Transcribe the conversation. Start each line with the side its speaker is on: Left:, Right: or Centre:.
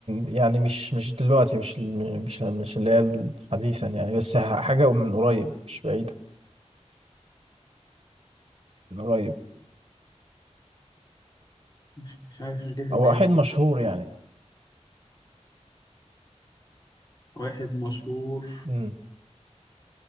Right: يعني مش مش دلوقتي مش الم- مش مش اللي هي ال- حديثا يعني بس ح- حاجة من قريب مش بعيدة من قريب
Left: مش, مش عارف مش جاي في
Right: هو
Left: دماغي
Right: واحد مشهور يعني
Left: واحد مشهور
Right: مم.